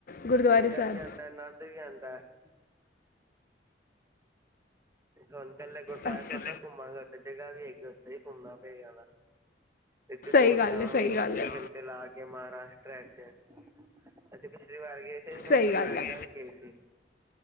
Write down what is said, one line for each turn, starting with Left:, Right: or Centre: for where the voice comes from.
Left: ਗੁਰਦੁਆਰੇ
Right: ਮਜਾ
Left: ਸਾਹਿਬ
Right: ਵੀ ਆਉਂਦਾ ਏ, ਆਨੰਦ ਵੀ ਆਉਂਦਾ ਏ। <inaudible> <unintelligible> ਇਕੱਲੇ ਗੁਰਦੁਆਰੇ
Left: ਅੱਛਾ
Right: ਥੋੜੀ ਨਾ ਘੁੰਮਾਂਗਾ, ਉੱਥੇ ਜਗਾਹ ਵੀ ਹੈਗੀ ਉੱਥੇ ਵੀ ਘੁੰਮਨਾ ਪਏਗਾ ਨਾ। ਇਡੀ
Left: ਸਹੀ
Right: ਦੂਰ
Left: ਗੱਲ
Right: ਜਾਵਾਂਗੇਂ
Left: ਹੈ ਸਹੀ
Right: ਈ
Left: ਗੱਲ
Right: ਛੱਤੀ
Left: ਹੈ
Right: ਘੰਟੇ ਲਾ ਕੇ ਮਹਾਰਾਸ਼ਟਰਾ ਚ। ਮੈਂ ਤੇ ਪਿਛਲੀ ਵਾਰੀ <unintelligible>
Left: ਸਹੀ
Right: ਕਰਨਾਟਕਾ
Left: ਗੱਲ ਹੈ
Right: ਵੀ ਗਏ ਸੀ।